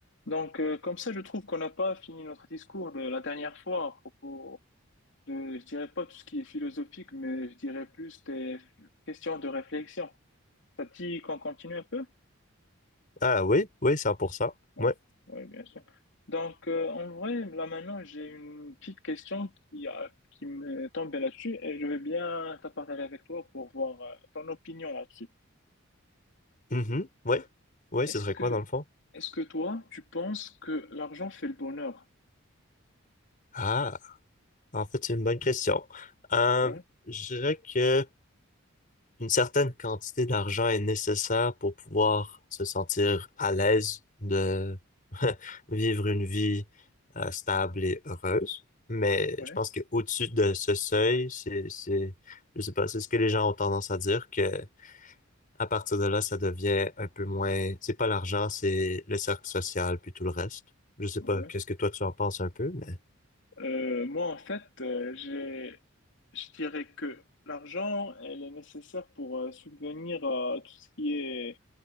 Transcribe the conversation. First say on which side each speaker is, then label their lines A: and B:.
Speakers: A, on the left; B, on the left.
A: Donc, euh, comme ça, je trouve qu'on n'a pas fini notre discours de la dernière fois à propos de, je dirais pas tout ce qui est philosophique, mais je dirais plus des f- questions de réflexion. Ça te dit qu'on continue un peu?
B: Ah oui, oui, 100%.
A: Ouais,
B: Ouais.
A: ouais, bien sûr. Donc, euh, en vrai, là maintenant, j'ai une petite question qui, a- qui me tombe là-dessus et je veux bien t'en partager avec toi pour voir euh, ton opinion là-dessus.
B: Mhm. Ouais. Ouais,
A: Est-ce
B: ce serait
A: que,
B: quoi dans le fond?
A: est-ce que toi, tu penses que l'argent fait le bonheur?
B: Ah, en fait, c'est une bonne question. Euh,
A: Ouais,
B: je dirais que une certaine quantité d'argent est nécessaire pour pouvoir se sentir à l'aise de <laughs> vivre une vie euh, stable et heureuse. Mais
A: ouais,
B: je pense que au-dessus de ce seuil, c'est, c'est, je sais pas, c'est ce que les gens ont tendance à dire que à partir de là, ça devient un peu moins, c'est pas l'argent, c'est le cercle social, puis tout le reste. Je sais
A: ouais.
B: pas, qu'est-ce que toi tu en penses un peu, mais
A: Euh, moi, en fait, euh, j'ai, je dirais que l'argent, elle est nécessaire pour euh, subvenir à tout ce qui est